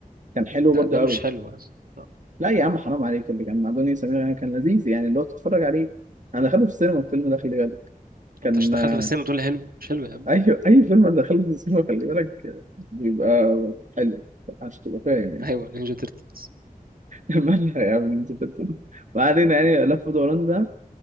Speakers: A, on the right; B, on the right.
A: كان حلو
B: لا
A: برضو
B: ده
A: قوي
B: مش حلو أصلا لا.
A: لا يا عم حرام عليك اللي كان مع دنيا سمير غانم كان لذيذ يعني اللي هو تتفرج عليه انا دخلته في السينما الفيلم ده خلي بالك كان
B: أنت عشان دخلته
A: آه،
B: في السينما تقول لي حلو مش حلو
A: <laughs>
B: يا عم
A: اي اي فيلم انا دخلته في السينما خلي بالك آه، بيبقى حلو عشان تبقى فاهم يعني
B: أيوه نينجا تيرتلز
A: <laughs> مالها يا عم انت بتتكلم؟ ما علينا يعني لف ودوران ده